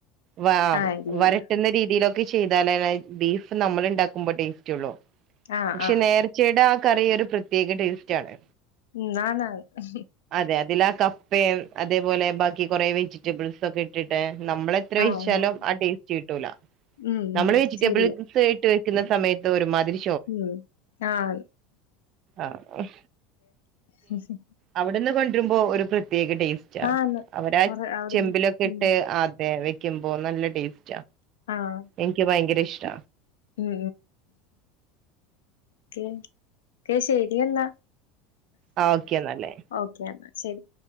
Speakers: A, on the right; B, on the left.
A: വ
B: ആഹ് ഇല്ല
A: വരട്ടുന്ന
B: ഇല്ല
A: രീതിയിലൊക്കെ ചെയ്താല ബീഫ് നമ്മൾ ഉണ്ടുമ്പോ ടേസ്റ്റ്ള്ള
B: ആഹ്
A: പക്ഷെ
B: ആഹ്
A: നേ ർചെടാ കറി ഒരു പ്രത്യേക ടേസ്റ്റ് ആണ്
B: ഉം ആന്ന് ആന്ന്
A: അതെ അതില ആഹ് കപ്പയും അതേപോലെ ബാക്കി കുറെ വെജിറ്റബിൾസ് ഒക്കെ ഇട്ടിട്ട് നമ്മളെ
B: ആന്ന്
A: ച്ചാലും ആഹ് ടസ്റ്റ് കിട്ടൂ
B: ഉം
A: നമ്മൾ
B: ഉം
A: വെജിറ്റബിൾ
B: ശരിയാ
A: ക്കുന്ന സമയത്ത് ഒരുമാതിരി
B: ഉം ആഹ്
A: ആഹ്
B: <unintelligible>
A: അവിടെന്ന് കൊണ്ടിരുമ്പോ ഒരു പ്രത്യേക ടേസ്റ്റ്
B: ആന്ന്
A: അവരാ
B: കൊറേ അവിടുന്ന്
A: ചെമ്പിലൊക്കെ ഇട്ട്
B: ഉം
A: ആദ്യ വെക്കുമ്പോ നല്ല ടേസ്റ്റ
B: ആഹ്
A: എനിക്ക് ഭയങ്കര ഇഷ്ട
B: ഉം ഉം ശരിയ എന്നാ
A: ആ ഓക്കെ എന്നാലേ
B: ഓക്കെ എന്നാ ശരി